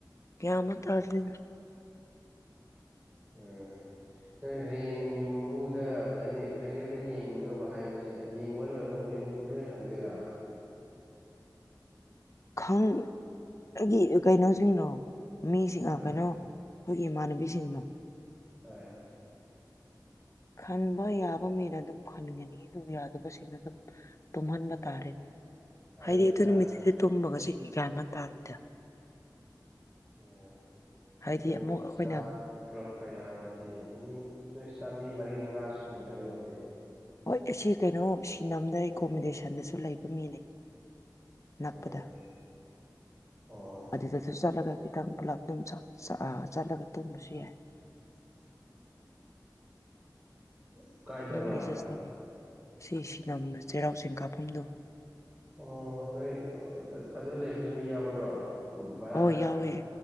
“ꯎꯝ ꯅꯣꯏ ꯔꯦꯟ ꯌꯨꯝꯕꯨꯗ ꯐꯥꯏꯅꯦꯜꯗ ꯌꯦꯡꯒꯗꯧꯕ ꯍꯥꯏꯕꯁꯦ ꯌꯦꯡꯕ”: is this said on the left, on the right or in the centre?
Right